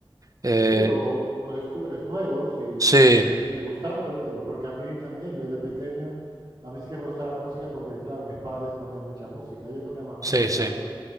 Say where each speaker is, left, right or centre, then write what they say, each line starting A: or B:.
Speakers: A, on the right; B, on the right.
A: eh,
B: Sí, o, o- o descubres nuevos y, y
A: sí,
B: ese te sigue gustando, pero porque a mí también, yo de pequeño, a mí sí que me gustaba la música porque, claro, mis padres ponían mucha música, ellos ponían más música
A: sí, sí,
B: clásica